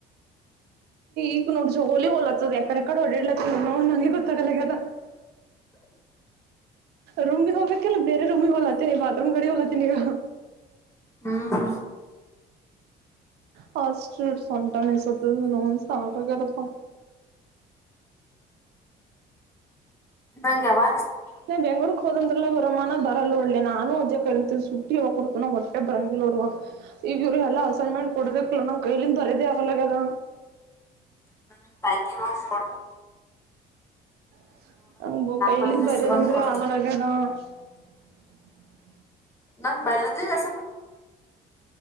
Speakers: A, on the right; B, on the left.
A: ಈಗ ನೋಡ್ರಿ ಹೋಲಿ ಹೋಲತ್ತದ ಎಕಡೆಕಡೆ ಹೊಓಡಾಡ್ಲತ್ತ ನಂಗೆ ಗೊತ್ತಾರಲ್ಲದ ರೂಮವಿ ಹೋಗ ಕೆಲ ಬೇರೆ ರೂಮ ಹೊಲಾತ ಬಾಥರೂಮ ಗಾಡಿ ಹೊಲಾತ ನೀಗ
B: ಹ್ಮ್
A: ಹ ಸೂ ಸಂಟನ್ಸ ನೋ ಸಾತಾಗದಪ್ಪಾ
B: ನಂಗೆ ವ
A: ನೀ ಬ ಬೆಂಗಗಳೂರ್ಕ್ ಹೋದಂದ್ರಲ್ಲ ಹೊರಾಮಾನ ಬರಲ್ಲ ಒಳ್ಳಿ ನಾನು ಅದ ಕ ಇತ ಸುಟ್ಟಿ ಯ ಕುಡ್ತ ನ ಹೊಟ್ಟೆ ಬರಂಗಿ ನೋಡುವ ಈಗ ಇವ್ರ ಎಲ್ಲಾ ಅಸೈನ್ಮೆಂಟ್ ಕೊಡ್ಬೇಕಲ್ಲ ನಾವ್ ಕೈಲಿಂದ ಬರದೆ ಅವಲಗ ಅದ
B: ನ ತ ಕೊ <inaudible>
A: <unintelligible>
B: ಬರ ಬಂದ್ ಕೊಡ್ತ ನಂಗ್ ಬಯಲಜಿ <inaudible>